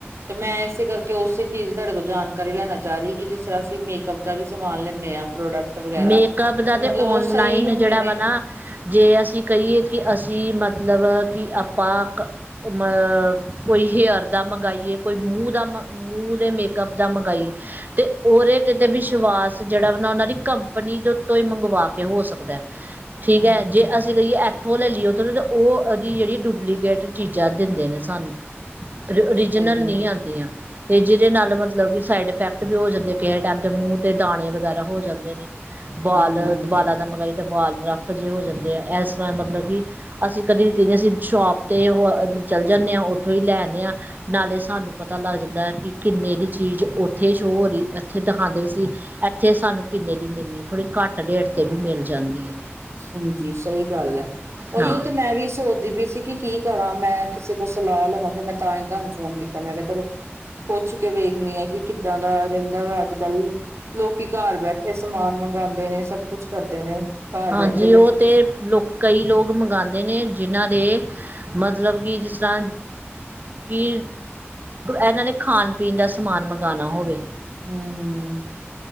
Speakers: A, on the right; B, on the right.
A: ਤੇ ਮੈਂ ਇਸੇ ਕਰਕੇ ਉਸੇ ਚੀਜ਼ ਤੁਹਾਡੇ ਕੋਲ ਜਾਣ ਕਾਰੀ ਲੈਣਾ ਚਾਹ ਰਹੀ ਕਿ ਜਿਸ ਤਰ੍ਹਾਂ ਅਸੀਂ ਮੇਕਅੱਪ ਦਾ ਵੀ ਸਮਾਨ ਲੈਂਦੇ ਹਾਂ ਪ੍ਰੋਡਕਟ ਵਗੈਰਾ
B: ਮੇਕਅੱਪ ਦਾ
A: ਤੇ
B: ਤਾਂ
A: ਮਤਲਬ
B: ਔਨਲਾਈਨ
A: ਉਹ ਸਹੀ ਹੁੰਦੇ
B: ਜਿਹੜਾ
A: ਨੇ
B: ਵਾ ਨਾ ਜੇ ਅਸੀਂ ਕਹੀਏ ਕਿ ਅਸੀਂ ਮਤਲਬ ਕਿ ਆਪਾਂ ਕ ਮ ਕੋਈ ਹੇਅਰ ਦਾ ਮੰਗਵਾਈਏ ਕੋਈ ਮੂੰਹ ਦਾ ਮ ਮੂੰਹ ਦੇ ਮੇਕਅੱਪ ਦਾ ਮੰਗਵਾਈਏ ਤੇ ਉਹਦੇ 'ਤੇ ਤਾਂ ਵਿਸ਼ਵਾਸ ਜਿਹੜਾ ਵ ਨਾ ਉਹਨਾਂ ਦੀ ਕੰਪਨੀ ਤੋਂ ਹੀ ਮੰਗਵਾ ਕੇ ਹੋ ਸਕਦਾ ਐ। ਠੀਕ
A: ਹਮ
B: ਹੈ ਜੇ ਅਸੀਂ ਕਹੀਏ। ਉੱਥੋਂ ਲੈ ਲਈ ਓਥ ਉਹ ਉਹਦੀ ਜਿਹੜੀ ਡੁਪਲੀਕੇਟ ਚੀਜ਼ਾਂ ਦਿੰਦੇ ਨੇ ਸਾਨੂੰ।
A: ਸਹੀ
B: ਰੀਜਨਲ ਨਹੀਂ
A: ਹੈ
B: ਆਦੀਆਂ ਤੇ ਜਿਹਦੇ ਨਾਲ ਮਤਲਬ ਕਿ ਸਾਈਡ ਇਫੈਕਟ ਵੀ ਹੋ ਜਾਂਦੇ ਕਿਸੇ ਟਾਈਮ ਦੇ ਮੂੰਹ ਤੇ ਦਾਣੇ ਵਗੈਰਾ ਹੋ ਜਾਂਦੇ ਤੇ ਨੇ ਬਾਲਾਂ
A: ਹਾਂਜੀ ਹਾਂਜੀ
B: ਦਾ ਮੰਗਾਈਏ ਤਾਂ ਬਾਲ ਰੱਫ ਜਿਹੇ ਹੋ ਜਾਂਦੇ ਆ ਇਸ ਤਰ੍ਹਾਂ ਮਤਲਬ ਕਿ ਅਸੀਂ ਕਦੀ ਤ ਨਹੀਂ ਅਸੀਂ ਸ਼ੋਪ 'ਤੇ ਹੋ ਚੱਲ ਜਾਂਦੇ ਹਾਂ ਉੱਥੋਂ ਹੀ ਲੈ ਆਦੇ ਹਾਂ ਨਾਲੇ ਸਾਨੂੰ ਪਤਾ ਲੱਗ ਜਾਂਦਾ ਕਿ ਕਿੰਨੇ ਇਹ ਦੀ ਚੀਜ਼ ਉੱਥੇ ਸ਼ੋਅ ਹੋ ਰਹੀ ਇੱਥੇ ਦਿਖਾਂਦੇ ਸੀ। ਇੱਥੇ ਸਾਨੂੰ ਕਿੰਨੇ ਦੀ ਮਿਲਣੀ ਥੋੜ੍ਹੀ ਘੱਟ ਰੇਟ 'ਤੇ ਵੀ ਮਿਲ ਜਾਂਦੀ ਹੈ।
A: ਹਾਂਜੀ ਸਹੀ ਗੱਲ ਹੈ ਉਹੀਓ
B: ਹਾਂ
A: ਤੇ ਮੈਂ ਵੀ ਸੋਚਦੀ ਪਈ ਸੀ ਕਿ ਕੀ ਕਰਾਂ ਮੈਂ ਕਿਸੇ ਕੋਲ ਸਲਾਹ ਲਵਾਂ ਫੇਰ ਮੈਂ ਤਾਂ ਹੀ ਤੁਹਾਨੂੰ ਫੋਨ ਕੀਤਾ ਮੈਂ ਕਿਹਾ ਚਲੋ ਪੁੱਛ ਕੇ ਵੇਖਣੀ ਆ ਕਿ ਕਿੱਦਾਂ ਦਾ ਰਹਿੰਦਾ ਵਾ ਅੱਜ ਕੱਲ ਲੋਕੀ ਘਰ ਬੈਠੇ ਸਮਾਨ ਮੰਗਉਂਦੇ ਨੇ ਸਭ ਕੁਛ ਕਰਦੇ ਨੇ ਘਰ
B: ਹਾਂਜੀ
A: ਬੈਠੇ ਹੀ
B: ਉਹ ਤੇ ਲੋਕ ਕਈ ਲੋਕ ਮੰਗਵਾਉਂਦੇ ਨੇ ਜਿਨਾਂ ਦੇ ਮਤਲਬ ਕਿ ਜਿਸ ਤਰ੍ਹਾਂ ਕਿ ਇਹਨਾਂ ਨੇ ਖਾਣ ਪੀਣ ਦਾ ਸਮਾਨ ਮੰਗਵਾਉਣਾ ਹੋਵੇ।
A: ਹੂੰ ਹੂੰ